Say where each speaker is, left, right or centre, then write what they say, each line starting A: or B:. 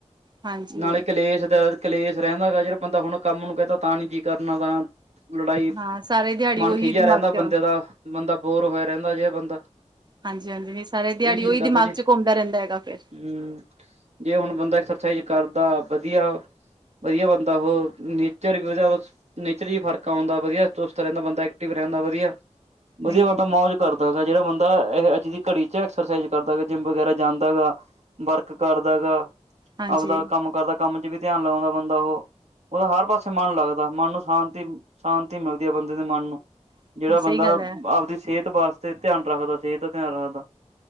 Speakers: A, on the right; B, on the right.
A: ਹਾਂਜੀ
B: ਨਾਲੇ ਕਲੇਸ਼ ਦਾ ਕਲੇਸ਼ ਰਹਿੰਦਾ ਗਾ ਜੇੜਾ ਬੰਦਾ ਹੁਣ ਕੰਮ ਨੂੰ ਕਹਿਤਾ ਤਾਂ ਨੀ ਜੀ ਕਰਨਾ ਵਾ। ਲੜਾਈ
A: ਹਾਂ ਸਾਰੇ ਦਿਹਾੜੀ
B: ਮਨ
A: ਉਹੀ
B: ਖਿਝਿਆ
A: ਦਿਮਾਗ
B: ਰਹਿੰਦਾ
A: ਚ
B: ਬੰਦੇ ਦਾ ਬੰਦਾ ਬੋਰ ਹੋਇਆ ਰਹਿੰਦਾ ਜੇ ਬੰਦਾ
A: ਹਾਂਜੀ ਹਾਂਜੀ ਨਹੀ ਸਾਰੇ
B: ਇਹ
A: ਦਿਹਾੜੀ
B: ਚੀਜ਼
A: ਉਹੀ
B: ਨੀ ਕਰਦਾ
A: ਦਿਮਾਗ
B: ਜੀ
A: ਚ ਘੁੰਮਦਾ ਰਹਿੰਦਾ ਹੈਗਾ ਫੇਰ।
B: ਹੂੰ ਜੇ ਹੁਣ ਬੰਦਾ ਐਕਸਰਸਾਈਜ਼ ਕਰਦਾ ਵਧੀਆ ਵਧੀਆ ਬੰਦਾ ਉਹ ਨ ਨੇਚਰ ਓਦਾ ਬਸ ਨੇਚਰ ਫਰਕ ਆਉਂਦਾ ਵਧੀਆ ਦੁਸਤ ਰਹਿੰਦਾ ਬੰਦਾ ਐਕਟਿਵ ਰਹਿੰਦਾ ਵਧੀਆ। ਵਧੀਆ
A: ਨਹੀਂ-ਨਹੀਂ
B: ਬੰਦਾ ਮੌਜ ਕਰਦਾ ਹੈਗਾ ਜਿਹੜਾ ਬੰਦਾ ਇਹ ਅੱਜ ਦੀ ਘੜੀ 'ਚ ਐਕਸਰਸਾਈਜ਼ ਕਰਦਾ ਗਾ ਜਿੰਮ ਵਗੈਰਾ ਜਾਂਦਾ ਗਾ ਵਰਕ ਕਰਦਾ ਗਾ
A: ਹਾਂਜੀ
B: ਆਪਦਾ ਕੰਮ ਕਰਦਾ ਕੰਮ 'ਚ ਵੀ ਧਿਆਨ ਲਾਉਂਦਾ ਬੰਦਾ ਉਹ ਉਹਦਾ ਹਰ ਪਾਸੇ ਮਨ ਲੱਗਦਾ ਮਨ ਨੂੰ ਸ਼ਾਂਤੀ-ਸ਼ਾਂਤੀ ਮਿਲਦੀ ਹੈ ਬੰਦੇ ਦੇ ਮਨ ਨੂੰ
A: ਨਹੀਂ
B: ਜਿਹੜਾ
A: ਸਹੀ
B: ਬੰਦਾ
A: ਗੱਲ ਹੈ
B: ਆਪਦੀ ਸਿਹਤ ਵਾਸਤੇ ਧਿਆਨ ਰੱਖਦਾ ਸਿਹਤ ਦਾ ਧਿਆਨ ਰੱਖਦਾ